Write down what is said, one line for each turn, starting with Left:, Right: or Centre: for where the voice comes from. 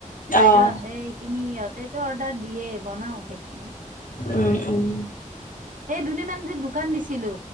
Right: বাইদেউহতে
Left: অ
Right: এইখিনি ইহত তেইটো অৰ্ডাৰ দিয়ে বনাও কেক মই
Left: উম উম
Right: এই দু দিনমান যে দোকান দিছিলো